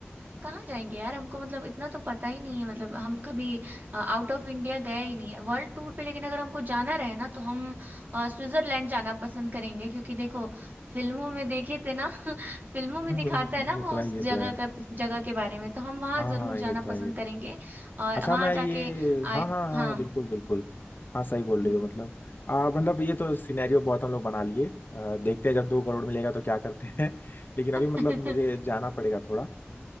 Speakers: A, on the right; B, on the left.
A: कहाँ जाएंगे यार हमको मतलब इतना तो पता ही नहीं है मतलब हम कभी आउट ऑफ इंडिया गए ही नहीं है वर्ल्ड टूर पे लेकिन अगर हमको जाना रहे ना तो हम अ, स्विट्जरलैंड जाना पसंद करेंगे क्योंकि देखो फिल्मों में देखे थे ना <laughs> फिल्मों में
B: <laughs>
A: दिखाता है ना
B: ये
A: वो
B: तो है
A: उस
B: ये
A: जगह
B: तो है
A: का उस जगह के बारे में तो हम वहाँ
B: हाँ
A: जरूर जाना
B: ये तो
A: पसंद
B: है ये तो
A: करेंगे और
B: अच्छा
A: वहाँ
B: मैं ये
A: जाके
B: हाँ
A: आए
B: हाँ हाँ
A: हाँ
B: हाँ, बिल्कुल बिल्कुल हाँ सही बोल
A: हम्म।
B: रही हो मतलब आ, मतलब ये तो सिनेरियो बहुत हम लोग बना लिए आ, देखते हैं जब दो करोड़ मिलेगा तो क्या करते हैं <laughs> लेकिन अभी
A: <laughs>
B: मतलब मुझे जाना पड़ेगा थोड़ा